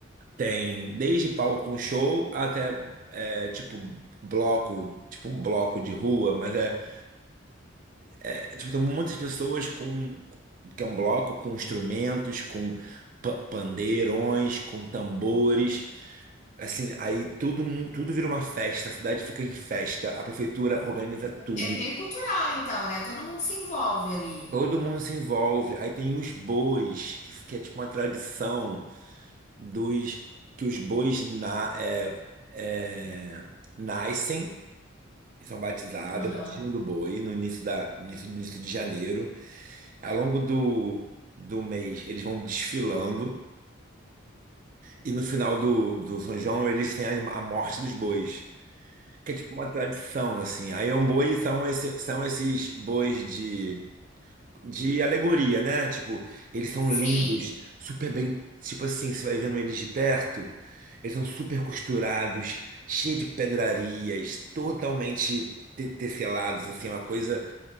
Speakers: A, on the right (about 40°); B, on the left (about 35°).
A: tem desde palco com show até é, tipo bloco, tipo um bloco de rua, mas é, é, tipo, tem muitas pessoas com que é um bloco com instrumentos, com pa- pandeirões, com tambores. Assim, aí todo mundo, tudo vira uma festa, a cidade fica em festa, a prefeitura organiza tudo.
B: É bem cultural, então, né? Todo mundo se envolve ali.
A: Todo mundo se envolve. Aí tem os bois, que, que é tipo uma tradição dos que os bois na, é, é, nascem, são batizados,
B: Aham.
A: é o batismo do boi no início da, no início, no início de janeiro. Ao longo do, do mês, eles vão desfilando, e no final do, do São João, eles têm a, a morte dos bois. Que é tipo uma tradição, assim. Aí é um boi são, esse, são esses bois de, de alegoria, né? Tipo, eles são
B: Sim.
A: lindos, super bem. Tipo assim, você vai vendo eles de perto, eles são super costurados, cheios de pedrarias, totalmente te- tecelados, assim, é uma coisa.